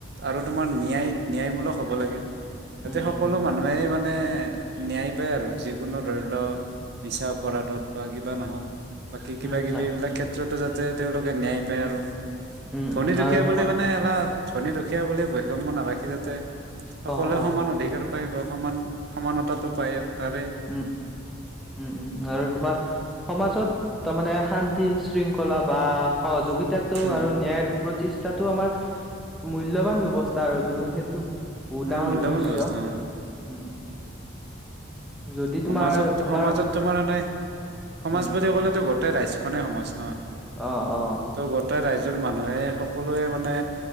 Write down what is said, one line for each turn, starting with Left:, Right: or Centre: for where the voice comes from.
Right: আৰু তোমাৰ ন্যায় ন্যায়মূলক হ'ব লাগে যাতে
Centre: উম,
Right: সকলো
Centre: উম,
Right: মানুহে মানে ন্যায় পায় আৰু যিকোনো ধৰি লওঁ মিছা অপৰাধত বা কিবা নহওঁক বাকি কিবা
Centre: উম,
Right: কিবি
Centre: ন
Right: এইবিলাক ক্ষে ত্ৰতো যাতে তেওঁলোকে ন্যায় পায় আৰু
Centre: উম,
Right: ধনী
Centre: উম,
Right: দুখীয়া
Centre: আৰু তোমাৰ
Right: বুলি মানে আমাৰ ধনী দুখীয়া বুলি বৈষম্য নাৰাখি যাতে সকলোৱে
Centre: অ', অ',
Right: সমান অধিকাৰ পাই বা সমান সমানতাটো পায় আৰু। তাৰে
Centre: উম, উম, উম আৰু তোমাৰ সমাজত তাৰ মানে শান্ত তি শৃংখলা বা সহযোগিতাটো
Right: উম
Centre: আৰু ন্যায়ৰ প্ৰতি তাটো আমাৰ মূল্যৱান ব্যৱস্থা আৰুটো সেইটো বহুত ডাঙৰ
Right: মূল্যবান
Centre: উদ্দেশ্য,
Right: ব্যৱস্থা অ
Centre: উম। যদি
Right: সমাজত
Centre: তোমাৰ
Right: সমাজত
Centre: আমাৰ
Right: তোমাৰ এনে সমাজ
Centre: উম,
Right: বুলি ক'লেটো গত তে ৰাইজখনেই সমাজ। অ',
Centre: অ', অ',
Right: ত' গোটেই ৰাইজ জৰ মানুহে সকলোৱে মানে